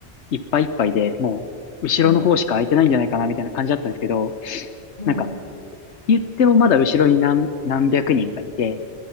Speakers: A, on the left (about 80°); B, on the left (about 45°).
A: いっぱいいっぱいで、もう後ろの方しか空いてないんじゃないかなみたいな感じだったんですけど、
B: はい、はい、
A: なんか言ってもまだ後ろに何、何百人かいて、